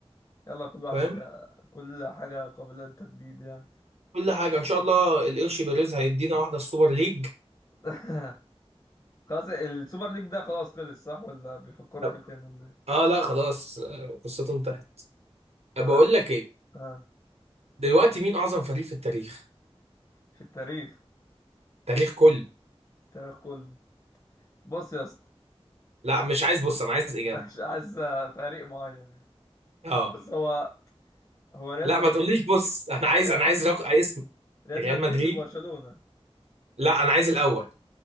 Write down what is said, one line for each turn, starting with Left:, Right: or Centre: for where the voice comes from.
Left: يلا كل واحد
Right: فاهم؟
Left: كل حاجة قابلة للتجديد يعني
Right: كل حاجه ان شاء الله القرش بيريز هيدينا واحده السوبر ليج
Left: <laughs> خلاص السوبر ليج ده خلاص خلص صح ولا بيفكروا
Right: طب.
Left: فيه تاني ولا ايه
Right: اه لا خلاص آه، قصته انتهت
Left: طب
Right: بقول
Left: يا اسطى
Right: لك ايه
Left: آه.
Right: دلوقتي مين اعظم فريق في التاريخ
Left: في التاريخ
Right: التاريخ كله
Left: التاريخ كله بص يا اسطى
Right: لا مش عايز بص انا عايز اجابه
Left: <laughs> مش عايز فريق معين يعني.
Right: اه
Left: بص هو هو ريال
Right: لا
Left: مدريد
Right: ما تقوليش بص انا عايز
Left: ريال
Right: انا
Left: مدريد
Right: عايز رق... اسم
Left: ريال
Right: ريال
Left: مدريد
Right: مدريد
Left: وبرشلونة
Right: لا انا عايز الاول